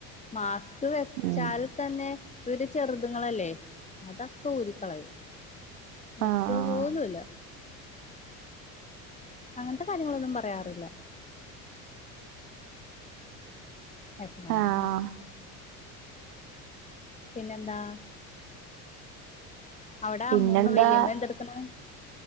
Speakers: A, on the left; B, on the right.
A: മാസ്ക് വെച്ചാൽ
B: ഉം
A: തന്നെ ര് ചെറുതുങ്ങളല്ലേ അതൊക്കെ ഊരി കളയും വെക്കുവ
B: ആഹ് ആഹ്
A: പോലുംല്ല അങ്ങൻത്തെ കാര്യങ്ങളൊന്നും പറയാറില്ല. എപ്പഴാണന്ന്.
B: ആഹ്
A: പിന്നെന്താ? അവടെ
B: പിന്നെന്താ
A: അമ്മൂമ്മ വല്ല്യമ്മ എന്തെട്ക്ക്‌ണ്?